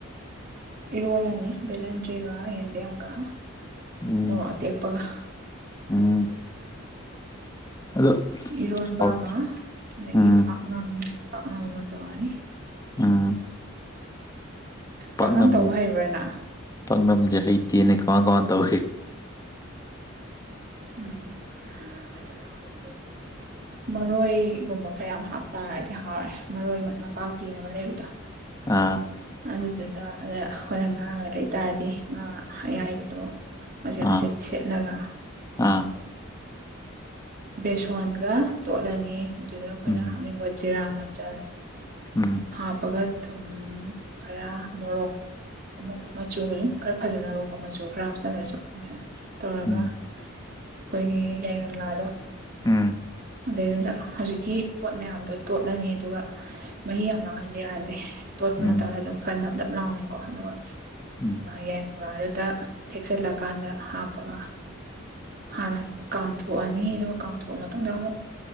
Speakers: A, on the right; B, on the left.
A: ꯏꯔꯣꯜꯅꯤ ꯕꯂꯟꯗꯔꯤꯒ ꯌꯦꯟꯗꯦꯝꯒ
B: ꯎꯝ
A: ꯃꯇꯦꯛꯄꯒ
B: ꯎꯝ ꯑꯗꯣ
A: ꯏꯔꯣꯟꯕ
B: ꯑꯧ
A: ꯑꯃ ꯑꯗꯒꯤ
B: ꯎꯝ
A: ꯄꯥꯛꯅꯝ ꯄꯥꯛꯅ ꯑꯃ ꯇꯧꯔꯅꯤ
B: ꯎꯝ ꯄꯥꯛꯅꯝꯖꯦ
A: ꯄꯥꯛꯅꯝ ꯇꯧꯕ ꯍꯩꯕ꯭ꯔꯥꯅ
B: ꯄꯥꯛꯅꯝꯖꯦ ꯍꯩꯇꯦꯅꯦ ꯀꯃꯥꯟ ꯀꯃꯥꯟ ꯇꯧꯏ꯫
A: ꯎꯝ <unintelligible> ꯃꯔꯣꯏꯒꯨꯝꯕ ꯈꯔ ꯌꯥꯝ ꯍꯥꯞꯇꯥꯔꯗꯤ ꯍꯥꯎꯔꯦ ꯃꯔꯣꯏ ꯅꯄꯥꯛꯄꯤꯅ ꯑꯃ ꯂꯩꯕꯗꯣ꯫
B: ꯑꯥ
A: ꯑꯗꯨ ꯆ ꯗ ꯑꯗ ꯈꯣꯏꯅ ꯉꯥꯒ ꯂꯩꯇꯥꯥꯔꯗꯤ ꯉꯥ ꯑꯌꯥꯏꯕꯗꯣ ꯃꯆꯦ ꯃꯆꯦꯠ
B: ꯑꯥ
A: ꯁꯦꯠꯂꯒ꯫
B: ꯑꯥ
A: ꯕꯦꯁꯣꯟꯒ ꯇꯣꯠꯂꯅꯤ ꯗꯨꯗ ꯑꯩꯈꯣꯏꯅ
B: ꯎꯝ
A: ꯍꯥꯞꯅꯤꯡꯕ ꯖꯤꯔꯥꯝ ꯆꯜ
B: ꯎꯝ
A: ꯍꯥꯞꯄꯒ ꯊꯨꯝ ꯈꯔ ꯃꯣꯔꯣꯛ ꯑꯃꯨꯛ ꯃꯆꯨ ꯗꯨꯝ ꯈꯔ ꯐꯖꯅꯕꯀꯣ ꯃꯆꯨ ꯈꯔ ꯍꯥꯞꯆꯜꯂꯁꯨ ꯃꯥꯏꯅ ꯇꯧꯔꯒ
B: ꯎꯝ
A: ꯈꯣꯏꯒꯤ ꯌꯥꯏꯉꯪ ꯂꯥꯗꯣ
B: ꯎꯝ
A: ꯑꯗꯨꯗꯩꯗꯨꯗ ꯍꯧꯖꯤꯛꯀꯤ ꯄꯣꯠ ꯃꯌꯥꯝꯗꯣ ꯇꯣꯠꯂꯅꯤ ꯑꯗꯨꯒ ꯃꯍꯤ ꯌꯥꯝ ꯂꯥꯡꯍꯟꯕ ꯌꯥꯗꯦ꯫ ꯇꯣꯠꯄ
B: ꯎꯝ
A: ꯃꯇꯝꯗ ꯑꯗꯨꯝ ꯈꯔ ꯅꯞ ꯅꯞ ꯂꯥꯎꯅꯀꯣ ꯑꯗꯨꯒ
B: ꯎꯝ
A: ꯌꯥꯏꯉꯪꯂꯥꯗꯨꯗ ꯊꯦꯛꯆꯜꯂꯀꯥꯟꯗ ꯍꯥꯞꯄꯒ ꯍꯥꯟꯅ ꯀꯥꯝꯊꯣꯛꯑꯅꯤ ꯑꯗꯨꯒ ꯀꯥꯝꯊꯣꯛꯑ ꯃꯇꯨꯡꯗ ꯑꯃꯨꯛ